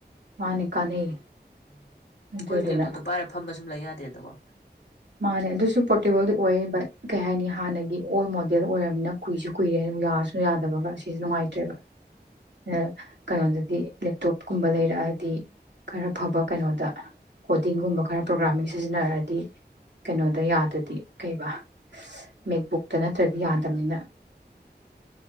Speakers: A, on the right; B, on the left.
A: ꯃꯥꯅꯦ ꯀꯥꯟꯅꯩ
B: ꯎꯝ ꯑꯩꯈꯣꯏꯁꯨ
A: ꯑꯗꯨꯗꯨꯅ
B: ꯂꯦꯞꯇꯣꯞꯇꯣ ꯄꯥꯏꯔ ꯐꯝ ꯁꯨꯝ ꯂꯩ ꯌꯥꯗꯦꯅꯀꯣ
A: ꯃꯥꯅꯦ ꯑꯗꯨꯁꯨ ꯄꯣꯔꯇꯦꯕꯜꯗꯤ ꯑꯣꯏꯌꯦ ꯕꯠ ꯀꯩ ꯍꯥꯏꯅꯤ ꯍꯥꯟꯅꯒꯤ ꯑꯣꯜ ꯃꯣꯗꯦꯜ ꯑꯣꯏꯔꯝꯅꯤꯅ ꯀꯨꯏꯁꯨ ꯀꯨꯏꯔꯦ ꯌꯥꯁꯨ ꯌꯥꯗꯕꯒ ꯑꯁꯤꯁꯦ ꯅꯨꯡꯉꯥꯏꯇ꯭ꯔꯦꯕ <unintelligible> ꯀꯩꯅꯣꯗꯗꯤ ꯂꯦꯞꯇꯣꯞꯀꯨꯝꯕ ꯂꯩꯔꯛꯑꯗꯤ ꯈꯔ ꯐꯕ ꯀꯩꯅꯣꯗ ꯀꯣꯗꯤꯡꯒꯨꯝꯕ ꯈꯔ ꯄ꯭ꯔꯣꯒ꯭ꯔꯥꯃꯤꯡ ꯁꯤꯖꯤꯟꯅꯔꯗꯤ ꯀꯩꯅꯣꯗ ꯌꯥꯗꯗꯤ ꯀꯩꯕ ꯃꯦꯛꯕꯨꯛꯇ ꯅꯠꯇ꯭ꯔꯗꯤ ꯌꯥꯗꯝꯅꯤꯅ